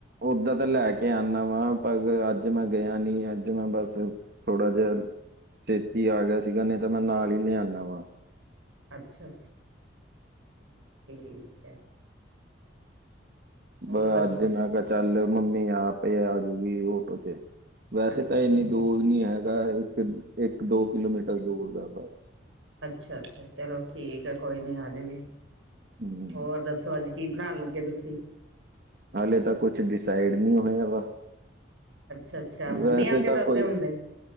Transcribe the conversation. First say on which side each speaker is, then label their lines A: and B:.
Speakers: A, on the right; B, on the right.
A: ਓਦਾਂ ਤਾਂ ਲੈ ਕੇ ਆਣਾ ਵਾ ਪਰ ਅੱਜ ਮੈਂ ਗਿਆ ਨੀ ਅੱਜ ਮੈਂ ਬਸ ਥੋੜ੍ਹਾ ਜਿਹਾ ਛੇਤੀ ਆ ਗਿਆ ਸੀਗਾ ਨਹੀਂ ਤਾਂ ਮੈਂ ਨਾਲ ਹੀ ਲਿਆਣਾ ਵਾਂ।
B: ਅੱਛਾ-ਅੱਛਾ ਠੀਕ ਏ। ਹੋਰ
A: ਬ
B: ਦੱਸੋ?
A: ਅੱਜ ਮੈਂ ਕਿਹਾ ਚੱਲ ਮੰਮੀ ਆਪ ਪਏ ਆਜੂਗੀ ੳਟੋ ਚ ਵੈਸੇ
B: ਅੱਛਾ,
A: ਤਾਂ ਇੰਨੀ ਦੂਰ ਨੀ ਹੈਗਾ ਇੱਕ, ਇੱਕ ਦੋ ਕਿਲੋਮੀਟਰ ਦੂਰ ਐ ਬਸ।
B: ਅੱਛਾ-ਅੱਛਾ ਚਲੋ ਠੀਕ ਐ ਕੋਈ ਨੀ ਆ ਜੇਗੀ।
A: ਹਮ
B: ਹੋਰ ਦੱਸੋ ਅੱਜ ਕੀ ਬਣਾਣ ਲੱਗੇ ਤੁਸੀਂ?
A: ਹਾਲੇ ਤਾਂ ਕੁਛ ਡਿਸਾਈਡ ਨੀ ਹੋਇਆ ਵਾ।
B: ਅੱਛਾ-ਅੱਛਾ ਮੰਮੀ
A: ਵੈਸੇ
B: ਆ ਕੇ
A: ਤਾਂ
B: ਦੱਸਦੇ
A: ਕੋਈ
B: ਹੁੰਦੇ।